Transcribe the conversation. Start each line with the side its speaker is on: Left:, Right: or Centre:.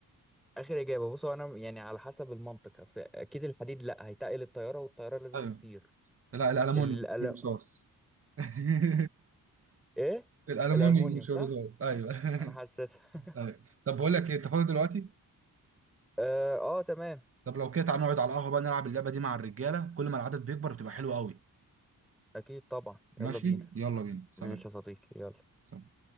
Centre: اخر اجابه بصوا انا يعني على حسب المنطق اصل اكيد الحديد لا هيتقل الطياره والطياره لازم
Right: أيوه
Centre: تطير
Right: لا الألمونيوم
Centre: الأل...
Right: مش الرصاص <laughs>
Centre: ايه
Right: الألمونيوم
Centre: الالمونيوم
Right: مش
Centre: صح
Right: الرصاص أيوه
Centre: صح؟
Right: <laughs>
Centre: انا حسيت <laughs>
Right: أيوه طب بقول لك إيه أنت فاضي دلوقتي؟
Centre: اه آه، تمام
Right: طب لو كده تعالى نقعد على القهوة بقى نلعب اللعبة دي مع الرجالة كل ما العدد بيكبر بتبقى حلوة قوي
Centre: اكيد طبعا
Right: ماشي
Centre: يلا بينا
Right: يلا بينا سلام
Centre: ماشي يا صديقي يلا
Right: سلام.